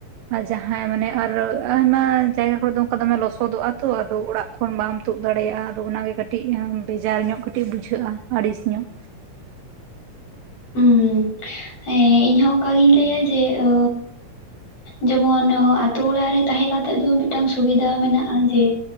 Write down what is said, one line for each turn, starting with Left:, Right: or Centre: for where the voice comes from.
Right: ᱟᱨ ᱡᱟᱦᱟᱸ ᱢᱟᱱᱮ ᱟᱨ ᱟᱭᱢᱟ ᱡᱟᱭᱜᱟ ᱠᱚᱨᱮ ᱫᱚ ᱚᱝᱠᱟ ᱫᱚᱢᱮ ᱞᱚᱥᱚᱫᱚᱜ-ᱟ᱾ ᱛᱚ ᱟᱫᱚ ᱚᱲᱟᱜ ᱠᱷᱚᱱ ᱵᱟᱢ ᱛᱩᱫ ᱫᱟᱲᱮᱭᱟᱜᱼᱟ᱾ ᱟᱫᱚ ᱚᱱᱟᱜᱮ ᱠᱟᱹᱴᱤᱡ ᱵᱮᱡᱟᱨ ᱧᱚᱜ ᱠᱟᱹᱴᱤᱡ ᱵᱩᱡᱷᱟᱹᱜᱼᱟ ᱟᱹᱲᱤᱥ ᱧᱚᱜ᱾
Left: ᱩᱸ ᱦᱮᱸ ᱤᱧᱦᱚᱸ ᱚᱝᱠᱟ ᱜᱤᱧ ᱞᱟᱹᱭᱟ ᱡᱮ ᱚ ᱡᱮᱢᱚᱱ ᱚ ᱟᱛᱩ ᱚᱲᱟᱜ ᱨᱮ ᱛᱟᱦᱮᱸ ᱠᱟᱛᱮᱜ ᱫᱚ ᱢᱤᱫᱴᱟᱱ ᱥᱩᱵᱤᱫᱷᱟ ᱢᱮᱱᱟᱜᱼᱟ ᱡᱮ